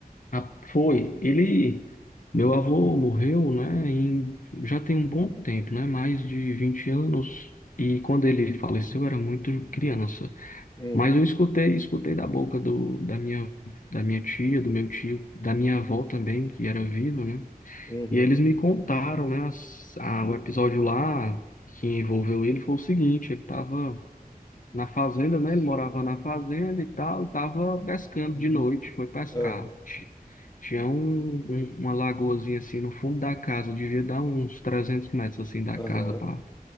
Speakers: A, on the left; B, on the left.
A: Ah, foi, ele, meu avô morreu, né? Em, já tem um bom tempo, né? Mais de 20 anos, e quando ele faleceu eu era muito criança.
B: Hum,
A: Mas eu escutei, escutei da boca do, da minha, da minha tia, do meu tio, da minha avó também, que era viva, né?
B: uhum,
A: E eles me contaram, né, as- a- o episódio lá que envolveu ele foi o seguinte, ele estava na fazenda, né? Ele morava na fazenda e tal, e estava pescando de noite, foi pescar.
B: ah,
A: Ti- Tinha um, um- uma lagoazinha assim no fundo da casa, devia dar uns 300 metros assim da
B: aham,
A: casa pra